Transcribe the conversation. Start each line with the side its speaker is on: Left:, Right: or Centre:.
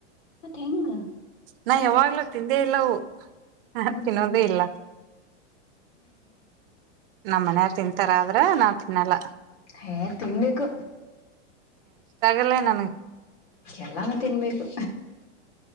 Left: ಮತ್ತ ಹೆಂಗ
Right: ನಾ ಯಾವಾಗ್ಲೂ ತಿಂದೇ ಇಲ್ಲವು ಹ
Left: ಹೌದಾ
Right: ತಿನ್ನೋದ ಇಲ್ಲ ನಮ್ಮ ಮನಯರ ತಿನ್ ತರ ಆದ್ರ ನಾವವು ತಿನ್ನಲ್ಲ
Left: ಹಏ ತಿನ್ಬೇಕು
Right: ಲ್ಲ ನನ
Left: ಎಲ್ಲಾನು ತಿನ್ಬೇಕು